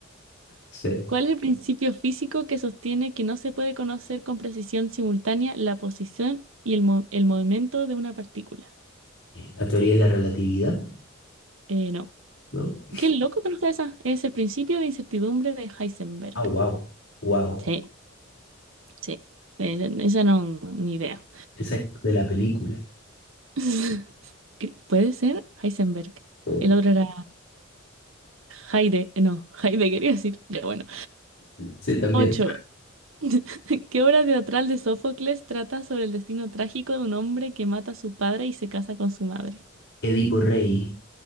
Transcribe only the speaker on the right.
¿Cuál es el principio físico que sostiene que no se puede conocer con precisión simultánea la posición y el, mo- el movimiento de una partícula?
Eh, no.
Qué loco que no sea esa. Es el principio de incertidumbre de Heisenberg.
Sí, sí. Eh, esa no, ni idea.
<laughs> ¿Qué- ¿Puede ser Heisenberg?
El otro era Heide, eh, no, Heide quería decir. Ya bueno.
Ocho. <laughs> ¿Qué obra teatral de Sófocles trata sobre el destino trágico de un hombre que mata a su padre y se casa con su madre?